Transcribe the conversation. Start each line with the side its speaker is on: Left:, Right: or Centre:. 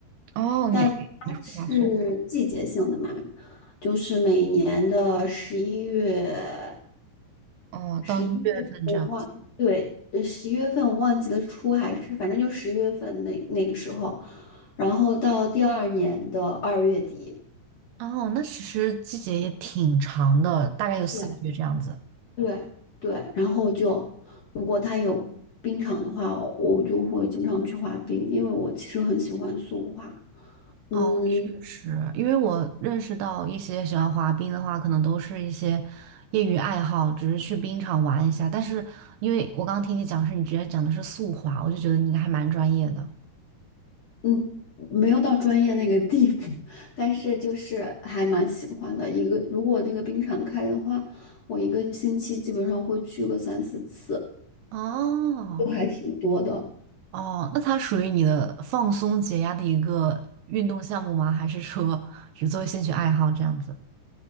Right: 哦，
Left: 但它是季节性的嘛，
Right: 你你会滑速
Left: 就是每年的十一月，
Right: 哦，
Left: 十一月我忘，
Right: 到一月份这样子。
Left: 对，呃十一月份我忘记了初还是反正就十一月份那那个时候，然后到第二年的二月底，
Right: 哦，那其实季节也挺长的，大概有四个月这样子。
Left: 对对对，然后就如果它有冰场的话，我就会经常去滑冰，因为我其实很喜欢速滑，嗯。
Right: 哦，确实，因为我认识到一些喜欢滑冰的话，可能都是一些业余爱好，只是去冰场玩一下。但是因为我刚刚听你讲是你直接讲的是速滑，我就觉得你应该还蛮专业的。
Left: 嗯，没有到专业那个地步，但是就是还蛮喜欢的。一个如果那个冰场开的话，我一个星期基本上会去个三四次，
Right: 哦。
Left: 都还挺多的。
Right: 哦，那它属于你的放松解压的一个运动项目吗？还是说只作为兴趣爱好这样子？